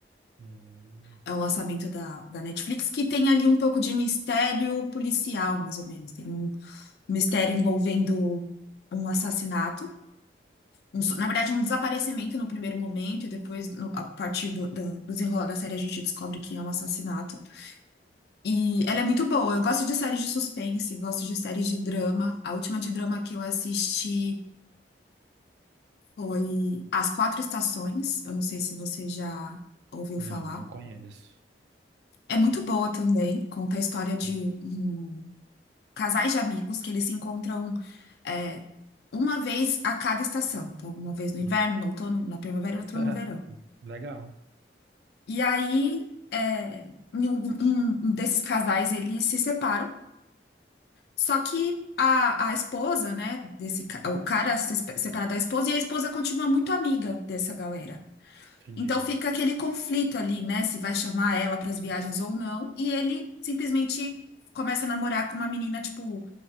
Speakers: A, on the right (about 70°); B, on the left (about 65°).
A: Hum,
B: É o lançamento da, da Netflix, que tem ali um pouco de mistério policial, mais ou menos. Tem um mistério envolvendo um assassinato. um su- na verdade, um desaparecimento no primeiro momento, e depois, no- a partir do, do do desenrolar da série, a gente descobre que é um assassinato. E ela é muito boa. Eu gosto de séries de suspense, gosto de séries de drama. A última de drama que eu assisti foi As Quatro Estações. Eu não sei se você já ouviu
A: não,
B: falar.
A: não conheço.
B: É muito boa também. Conta a história de
A: Hum,
B: um, casais de amigos que eles se encontram é, uma vez a cada estação. Então, uma vez no
A: hum.
B: inverno, no outono, na primavera e outra
A: <laughs>
B: no verão.
A: Legal.
B: E aí, é, em um um desses casais, eles se separam. Só que a, a esposa, né, desse, ca- o cara se espe- separa da esposa e a esposa continua muito amiga dessa galera.
A: Entendi.
B: Então fica aquele conflito ali, né, se vai chamar ela para as viagens ou não, e ele simplesmente começa a namorar com uma menina, tipo,